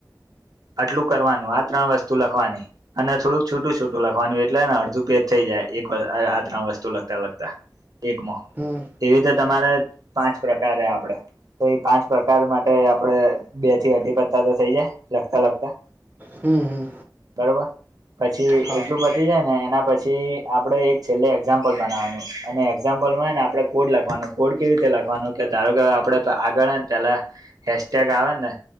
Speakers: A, on the right; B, on the right.
A: આટલું કરવાનું આ ત્રણ વસ્તુ લખવાની અને થોડુંક છૂટું છૂટું લખવાનું એટલેને અડધું પેજ થઈ જાય એક આ ત્રણ વસ્તુ લગતા લગતા એકમાં
B: હમ
A: એવી તો તમારે પાંચ પ્રકાર હ આપડે તો એ પાંચ પ્રકાર માટે આપડે બે થી અઢી પત્તા તો થઇ જાય લખતા લખતા
B: હમ હમ
A: બરોબર પછી
B: હા
A: એટલું બધ થી જાય ને એના પછી આપણે એક છેલ્લે એક્ઝામ્પલ બનાવાનું અને એક્ઝામ્પલમાં ને આપણે કોડ લખવાનું કોડ કેવી રીતે લખવાનું કે ધારો કે આપડે આગળ આવેને પેલા હેેશટેગ આવે ને